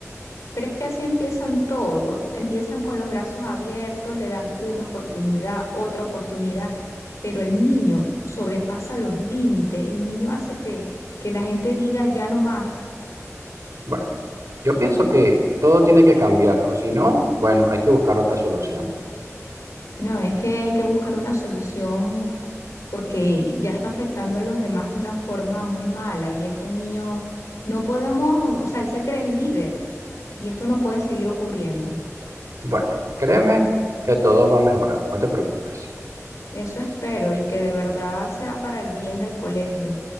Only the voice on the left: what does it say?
Pero es que así empiezan todos, empiezan con los brazos abiertos, le dan una oportunidad, otra oportunidad, pero el niño sobrepasa los límites, el niño hace que, que la gente diga ya no más.
No, es que hay que buscar una solución porque ya está afectando a los demás de una forma muy mala y este niño no podemos, o sea, él se cree el líder y esto no puede seguir ocurriendo.
Eso espero y que de verdad sea para el bien del colegio.